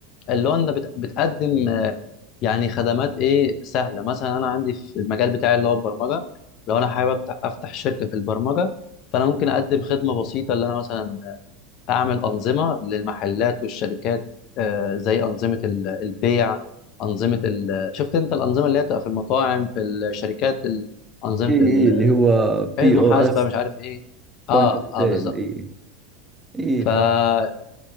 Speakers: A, on the left; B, on the right.
A: اللي هو انت بت- بتقدم آه، يعني خدمات ايه سهله مثلا انا عندي في المجال بتاعي اللي هو البرمجه لو انا حابب أبت- افتح شركه في البرمجه فانا ممكن اقدم خدمه بسيطه اللي انا مثلا اعمل انظمه للمحلات والشركات آه، زي انظمه ال- البيع انظمه ال... شفت انت الانظمه اللي هي بتبقى في المطاعم في الشركات ال- انظمه
B: إي إي
A: ال...
B: اللي هو بي
A: إيه المحاسبه
B: أو اس
A: مش عارف ايه اه
B: بوينت اوف
A: اه
B: سيل
A: بالظبط
B: اي اي
A: فدي
B: فهم